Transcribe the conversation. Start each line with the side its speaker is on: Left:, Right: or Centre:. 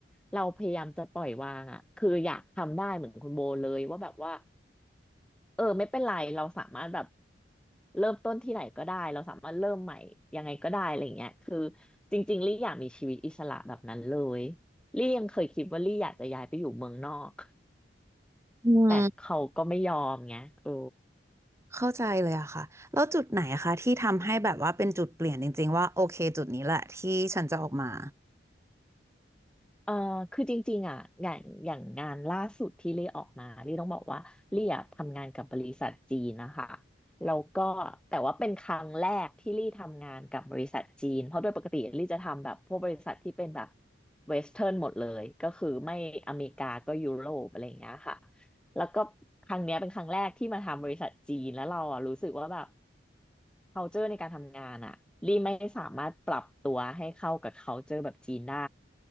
Centre: เราพยายามจะปล่อยวางอ่ะคืออยากทำได้เหมือนคุณโบเลยว่าแบบว่า เออไม่เป็นไรเราสามารถแบบเริ่มต้นที่ไหนก็ได้เราสามารถเริ่มใหม่ยังไงก็ได้อะไรเงี้ยคือจริงๆลี่อยากมีชีวิตอิสระแบบนั้นเลยลี่ยังเคยคิดว่าลี่อยากจะย้ายไปอยู่เมืองนอก
Right: อืม
Centre: แต่เขาก็ไม่ยอมไงโอ้
Right: เข้าใจเลยอะค่ะแล้วจุดไหนอะคะที่ทำให้แบบว่าเป็นจุดเปลี่ยนจริงๆว่าโอเคจุดนี้แหละที่ฉันจะออกมา
Centre: เออคือจริงๆอ่ะอย่างอย่างงานล่าสุดที่เลี่ยออกมาลี่ต้องบอกว่าเลี่ยทำงานกับบริษัทจีนนะคะแล้วก็แต่ว่าเป็นครั้งแรกที่ลี่ทำงานกับบริษัทจีนเพราะโดยปกติลี่จะทำแบบพวกบริษัทที่เป็นแบบเวสเทิร์นหมดเลยก็คือไม่อเมริกาก็ยุโรปอะไรอย่างเงี้ยค่ะ แล้วก็ครั้งเนี้ยเป็นครั้งแรกที่มาทำบริษัทจีนแล้วเราอ่ะรู้สึกว่าแบบ culture ในการทำงานอ่ะลี่ไม่สามารถปรับตัวให้เข้ากับ culture แบบจีนได้